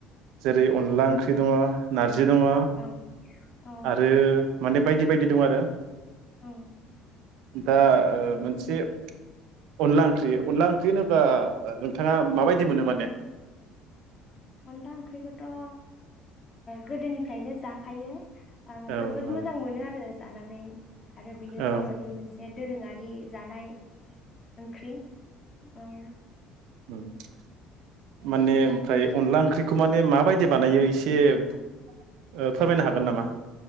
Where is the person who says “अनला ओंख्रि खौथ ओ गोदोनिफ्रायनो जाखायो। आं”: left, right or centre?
Left